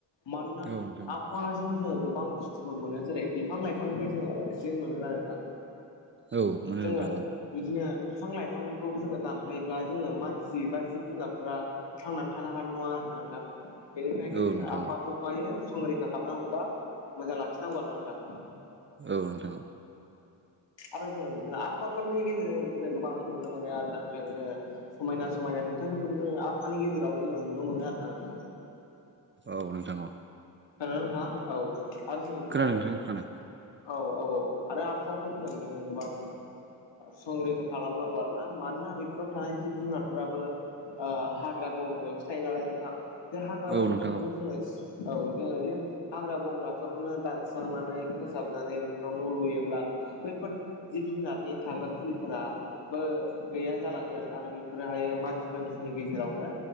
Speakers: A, on the left; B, on the right.
A: मानोना
B: औ नोंथां औ
A: आबहावाजोंनो जोङो गोबां बुस्थुफोर मोनो जेरै बिफां लाइफांनिफ्राय जोङो अक्सिजेन मोनोना नोंथां
B: औ मोनो
A: जोङो
B: नोंथां औ
A: बिदिनो बिफां लाइफांखौ जोङो दानफायोब्ला जोङो मानसि बा जिब जुनारफ्रा थांनानै थानो हानाय नङा आरोना नोंथां बेनिफ्रायनो
B: औ
A: जोङो
B: नोंथां
A: आबहावाफोरखौहायो संरैखा खालामनांगौबा मोजां लाखिनांगौ आरोना नोंथां
B: औ नोंथां
A: आरो जोङो बिदिनो आफाफोरनि गेजेरजोंबो बिदिनो गोबां नुनो मोनो आरोना नों जोङो समायना समायना नुथाइफोरखौबो जोङो आबहावानि गेजेरावनो जों नुनो मोनो आरो ना नोंथां।
B: औ नोंथां औ
A: खोनादोंना नथाङा औ आरो जोङो बिदिनो
B: खोनादों नोंथां खोनादों
A: औ औ औ आरो आबहावाखौ जोङो बिदिनो गोबां संरैखा खालामनांगौ आरो ना मानोना बेफोराव थानाय जिब जुनारफोराबो हाग्रा बंग्रायावसो थायो नालाय नोंथां बे हाग्रा
B: औ
A: बंग्राखौनो
B: नोंथां औ
A: जोङो औ जोङो हाग्रा बंग्राफोरखौनो दानस्रांनानै फोसाबनानै बेफोराव न' लुयोब्ला बैफोर जिब जुनारनि थाग्रा खुलिफोरा बो गैया जालांगोन आरो बेफोरोहायो मानसि दुमसिनि गेजेरावनो